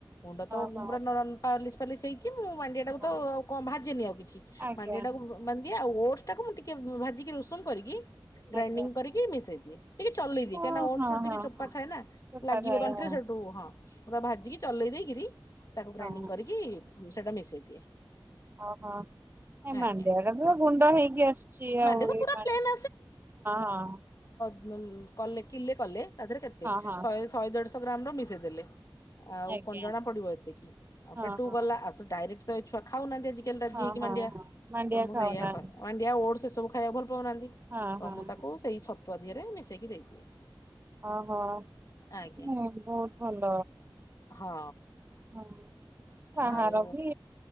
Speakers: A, on the left; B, on the right.
A: ଗୁଣ୍ଡ
B: ହଁ
A: ତ ପୁରା
B: ହଁ ହଁ
A: ନର ପାଲିସ ପାଲିସ ହେ କି ମୁଁ ମାଣ୍ଡିଆ ଟାକୁ
B: ହଁ
A: ତ କଣ ଭାଜେନି ଆଉ କିଛି,
B: ଆଜ୍ଞା।
A: ମାଣ୍ଡିଆ ଟାକୁ ମାନେ ଆଉ ଓଟ୍ସ ଟାକୁ ମୁଁ ଟିକେ ଭାଜିକି ଉଷୁମ କରିକି ଗ୍ରାଇଣ୍ଡିଙ୍ଗ
B: ଆଜ୍ଞା
A: କରିକି ମିଶେଇ ଦିଏ। ଟିକେ ଚଲେଇବି
B: ହଁ
A: କାଇନା ଓନସ୍
B: ହଁ
A: ଟିକେ
B: ହଁ
A: ଚୋପା
B: ହଁ
A: ଥାଏ ନା
B: ଚୋପା
A: ଲାଗିବ
B: ଥାଏ
A: ତଣ୍ଟିରେ
B: ହଁ।
A: ସେଠୁ ହଁ ମୁଁ ତାକୁ ଭାଜିକି ଚଲେଇ ଦେଇକିରି ତାକୁ
B: ହଁ
A: ଗ୍ରାଇଣ୍ଡି କି ମୁଁ ସେଟା ମିଶେଇ ଦିଏ।
B: ଓହୋ ହିଁ
A: ଆଜ୍ଞା।
B: ମାଣ୍ଡିଆ ଗୁରା ତ ଗୁଣ୍ଡ ହେଇଗି ଆସୁଚି
A: ମାଣ୍ଡିଆ
B: ଆଉ ହଁ
A: ତ ପୁରା ପ୍ଲେନ୍
B: ହଁ।
A: ମୁଁ କଲେ କିିଲେ କଲେ ତାଦେରେ କେତେ
B: ହଁ ହଁ
A: ଶହେ ଶହେ ଦେଢଶ ଗ୍ରାମ ର ମିଶେଇ ଦେଲେ। ଆଉ
B: ଆଜ୍ଞା
A: କଣ ଜଣା ପଡିବ ଏତିକି। ଆପେଟୁ
B: ହଁ ହଁ।
A: ଗଲା ଆସୁଦା ଆରେଟ୍ ତ ଏ ଛୁଆ ଖାଉନାହାନ୍ତି ଆଜି <unintelligible>
B: ହଁ ହଁ ହଁ ମାଣ୍ଡିଆ ଖାଉନାହାନ୍ତି
A: ଖାଇଆ ଭଲ ପାଉନାହାନ୍ତି
B: ହଁ
A: ତ
B: ହଁ।
A: ମୁଁ ତାକୁ ସେଇ ଛତ ପ୍ରଦିଆରେ ମିସେଇ କି ଦେଇଦିଏ।
B: ହଁ ହଁ ହଁ
A: ଆଜ୍ଞା।
B: ମୁଁ ବହୁତ ଭଲ
A: ହଁ
B: ହଁ।
A: ଆଉ
B: ବାହାର ବି